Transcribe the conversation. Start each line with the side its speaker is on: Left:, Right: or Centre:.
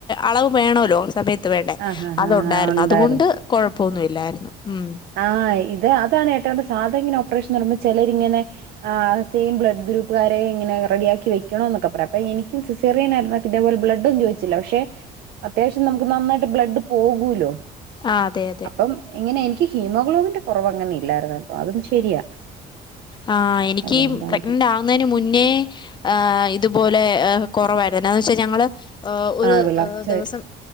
Left: അളവ് വേണല്ലോ സമയത്ത് വേണ്ടേ
Right: ആഹ് ആഹ്
Left: അത്ണ്ടായിരുന്നു
Right: ആഹ് ഉണ്ടായിരുന്നു
Left: അതുകൊണ്ട് കൊഴപ്പ പ്പന്നുല്ലരുന്നു ഉം
Right: ആഹ് ഇത് അതാണ് ഏട്ടണ്ട് സാധാ ഇങ്ങനെ ഓപ്പറേഷൻ പറയ്മ്പ ചിലരിങ്ങനെ ആ് സെം ബ്ലഡ് ഗ്രൂപ്പുകാരെ ഇങ്ങനെ റെഡിയാക്കി വെക്കണോ എന്നൊക്കെ പറയാം അപ്പൊ എനിക്ക സിസേറിയൻയിരുന്ന ഇതേപോലെ ബ്ലഡും ചോദിച്ചില്ല പക്ഷെ അത്യാവശ്യം നമുക്ക് നന്നായിട്ട് ബ്ലഡ് പോകൂല്ലോ
Left: ആഹ് അതെ അതെ
Right: അപ്പം ഇങ്ങനെ എനിക്ക് ഹീമോഗ്ലോബിന്റെ കുറവ് അങ്ങനെ ഇല്ലായിരുന്നു ട്ടോ അതും ശരിയാ
Left: ആഹ് എനിക്ക്
Right: അതെന്തായാലും
Left: പ്രഗ്നന്റ് ആവുന്നതിന് മുന്നേ ആ ഇതുപോലെ കുറവായിുന്ന എന്ന വെച്ചാ ഞങ്ങള് ഒരു
Right: ആഹ് വിളർച്ച
Left: ദിവസം
Right: വരും